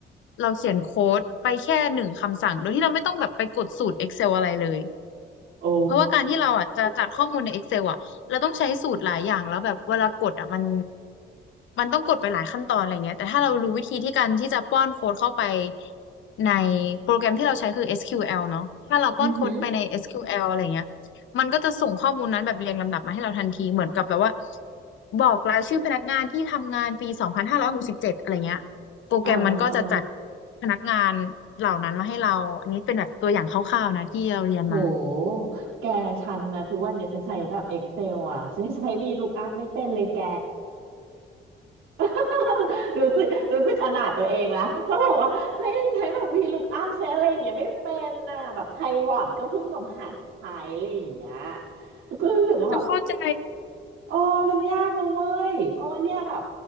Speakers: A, on the left (about 75°); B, on the right (about 90°).
A: เราเขียนโค้ดไปแค่หนึ่งคำสั่งโดยที่เราไม่ต้องแบบไปกดสูตร Excel อะไรเลย
B: โอ้
A: เพราะว่าการที่เราอ่ะจะจัดข้อมูลใน Excel อ่ะเราต้องใช้สูตรหลายอย่างแล้วแบบเวลากดอ่ะมันมันต้องกดไปหลายขั้นตอนอะไรเงี้ยแต่ถ้าเรารู้วิธีที่การที่จะป้อนโค้ดเข้าไปในโปรแกรมที่เราใช้คือ SQL เนาะถ้าเราป้อนโค้ดไปใน
B: อือหือ
A: SQL อสคิวแอลอะไรเงี้ยมันก็จะส่งข้อมูลนั้นแบบเรียงลำดับมาให้เราทันทีเหมือนกับแบบว่าบอกรายชื่อพนักงานที่ทำงานปีสองพันห้าร้อยหกสิบเจ็ดอะไรเงี้ยโปรแกรมมันก็จะจัด
B: อ่าอ่า
A: พนักงานเหล่านั้นมาให้เราอันนี้เป็นแบบตัวอย่างคร่าวๆนะที่เราเรียนมา
B: โหแกชันนะทุกวันเนี่ยฉันใช้แบบ Excel อ่ะฉันใช้ VLOOKUP ไม่เป็นเลยแก <laughs> รู้สึกรู้สึกอนาถตัวเองนะเพราะบอกว่าเฮ้ยยังใช้แบบ VLOOKUP ใช้อะไรอย่างเงี้ยไม่เป็นน่ะแบบไพวอตก็เพิ่งแบบหัดใช้อะไรอย่างเงี้ยก็รู้สึกว่าแบบ
A: จะเข้าใจ
B: โอ้มันยากเลยเว้ยเพราะว่าเนี่ยแบบ